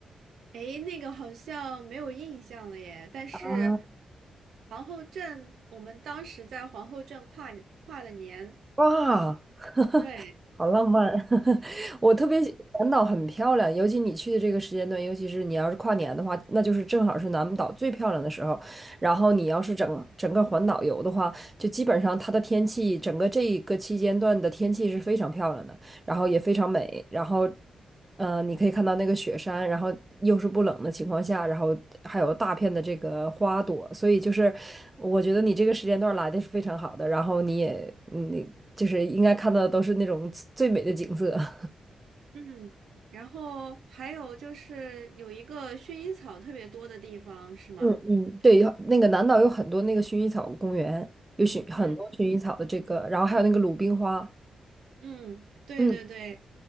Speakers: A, on the right (about 75°); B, on the right (about 20°).
A: 诶，那个好像没有印象了耶，但是
B: 啊，
A: 皇后镇，我们当时在皇后镇跨跨的年，
B: 哇，
A: 然后对。
B: 好浪漫！<laughs> 我特别喜南岛很漂亮，尤其你去的这个时间段，尤其是你要是跨年的话，那就是正好是南岛最漂亮的时候。然后你要是整整个环岛游的话，就基本上它的天气，整个这一个期间段的天气是非常漂亮的。然后也非常美，然后，呃，你可以看到那个雪山，然后又是不冷的情况下，然后还有大片的这个花朵，所以就是我觉得你这个时间段来的是非常好的，然后你也嗯你就是应该看到的都是那种最美的景色。<laughs>
A: 嗯，然后还有就是有一个薰衣草特别多的地方，是吗？
B: 嗯嗯，对，有那个南岛有很多那个薰衣草公园，有薰很多薰衣草的这个，
A: 嗯
B: 然后还有那个鲁冰花，
A: 嗯，对对对，
B: 嗯，